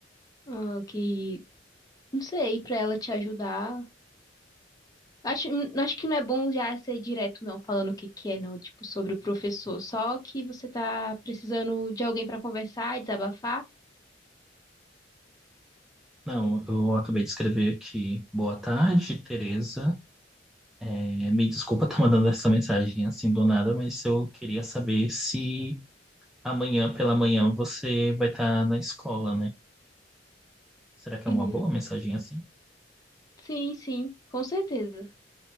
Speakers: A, on the left; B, in the centre.
A: ah, que, não sei, pra ela te ajudar. Acho, hum, acho que não é bom já ser direto, não, falando o que que é, não, tipo, sobre o professor. Só que você tá precisando de alguém pra conversar, desabafar.
B: Não, eu acabei de escrever aqui. Boa tarde, Tereza. É, me desculpa estar mandando essa mensagem assim do nada, mas eu queria saber se amanhã pela manhã você vai estar na escola, né? Será que é
A: Uhum.
B: uma boa mensagem assim?
A: Sim, sim, com certeza.